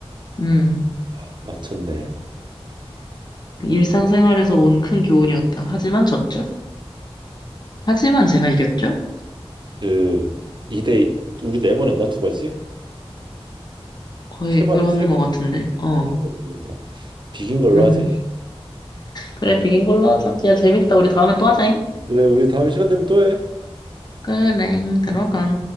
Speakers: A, on the left (about 45°); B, on the right (about 50°).
A: 음.
B: 아, 맞췄네.
A: 일상생활에서 온 큰 교훈이었다. 하지만 졌죠? 하지만 제가 이겼죠?
B: 그 2대 우리 네 번 했나 두 번씩?
A: 거의
B: 세 번,
A: 그런
B: 세
A: 것
B: 번
A: 같은데,
B: 했지.
A: 어,
B: 세 번 했나 네 번 했나? 비긴 걸로
A: 음.
B: 하지.
A: 그래, 비긴 걸로 하자. 야, 재밌다. 우리 다음에 또 하자잉.
B: 그래, 우리 다음 시간 되면 또 해.
A: 그래, 들어가.
B: 응.